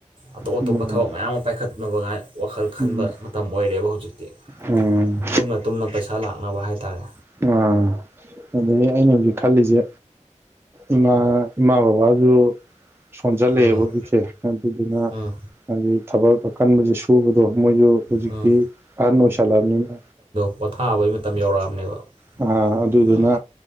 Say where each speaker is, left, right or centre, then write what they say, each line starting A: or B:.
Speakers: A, on the right (about 45°); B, on the right (about 20°).
A: ꯑꯇꯣꯞ ꯑꯇꯣꯞꯄ
B: ꯎꯝ
A: ꯊꯕꯛ ꯃꯌꯥꯝ ꯑꯃ ꯄꯥꯏꯈꯠꯅꯕꯉꯥꯏ ꯋꯥꯈꯜ ꯈꯟꯕ
B: ꯎꯝ
A: ꯃꯇꯝ ꯑꯣꯏꯔꯦꯕ ꯍꯧꯖꯤꯛꯇꯤ
B: ꯎꯝ
A: ꯇꯨꯝꯅ ꯇꯨꯝꯅ ꯄꯩꯁꯥ ꯂꯥꯛꯅꯕ ꯍꯥꯏꯇꯥꯥꯔꯦ
B: ꯑꯥ ꯑꯗꯒꯤ ꯑꯩꯅ ꯍꯧꯖꯤꯛ ꯈꯜꯂꯤꯁꯦ ꯏꯃꯥ ꯏꯃꯥ ꯕꯕꯥꯁꯨ ꯁꯣꯟꯖꯜꯂꯛꯑꯦꯕ
A: ꯎꯝ
B: ꯍꯧꯖꯤꯛꯁꯦ ꯑꯗꯨꯗꯨꯅꯥ
A: ꯎꯝ
B: ꯍꯥꯏꯗꯤ ꯊꯕꯛ ꯑꯀꯟꯕꯁꯦ ꯁꯨꯕꯗꯣ ꯃꯣꯏꯁꯨ ꯍꯧꯖꯤꯛꯇꯤ
A: ꯎꯝ
B: ꯑꯍꯟ ꯑꯣꯏꯁꯜꯂꯕꯅꯤꯅ
A: ꯄꯣꯊꯥꯕꯩ ꯃꯇꯝ ꯌꯧꯔꯛꯑꯕꯅꯦꯕ
B: ꯑ ꯑꯗꯨꯗꯨꯅ
A: ꯎꯝ